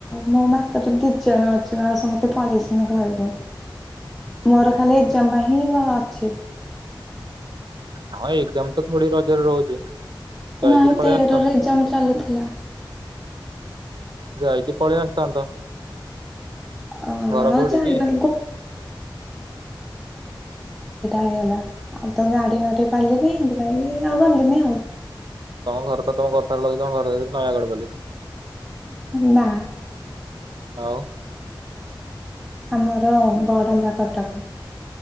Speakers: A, in the centre; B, on the right.
A: ମୋ ମାତର ଦିଇ ଜଣ ଅ ସମତେ ପଲେଇଚନ୍ତି ଘର କୁ ମୋର ଖାଲି ଏ ଏକ୍ସାମ ପାଇଁ ହିଁ ମୁ ଅଛି।
B: ହଁ ଏକ୍ସାମ ତ ଥୋଡ଼ି ରଜ ରେ ରହୁଛି। ଯାଇକି
A: ନାଇଁ
B: ପଳେଇ
A: ତେରରେ
B: ଆସିଥାନ୍ତ
A: ଏକ୍ସାମ୍ ଚାଲୁଥିଲା।
B: ଯାଇକି ପଳେଇ ଆସିଥାନ୍ତ।
A: <unintelligible> ଦିଟା
B: ଘର କୋଉଠି
A: ସାଢେଦିଟା
B: କି?
A: ହେଇଗଲା ଆଉ ତ ଗାଡି ବାଡ଼ି ପାଇଲିନି ଏଥିପାଇଁ ଆଉ ଗଲିନି ଆଉ।
B: ତମ ଘର ତ ତମ କଥାରୁ ଲାଗୁଛି ତମ ଘର ଯେମିତି ନୟାଗଡ଼ ବୋଲି।
A: ନା
B: ହଉ
A: ଆମର ବଡମ୍ବା କଟକ।